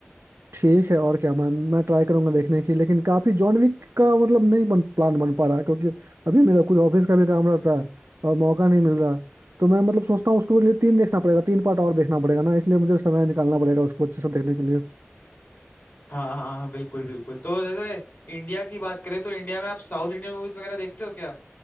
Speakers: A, on the right (about 80°); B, on the left (about 40°).
A: ठीक है और क्या मैं मैं ट्राई करूंगा देखने की लेकिन काफी जॉन विक का मतलब नहीं बन प्लान बन पा रहा क्योंकि अभी मेरा कुछ ऑफिस का भी काम रहता है और मौका नहीं मिल रहा तो मैं मतलब सोचता हूँ उसको लिए तीन देखना पड़ेगा तीन पार्ट और देखना पड़ेगा ना इसलिए मुझे समय निकालना पड़ेगा उसको अच्छे से देखने के लिए
B: हाँ हाँ हाँ बिल्कुल बिल्कुल तो जैसे इंडिया की बात करें तो इंडिया में आप साउथ इंडियन मूवीज वगैरह देखते हो क्या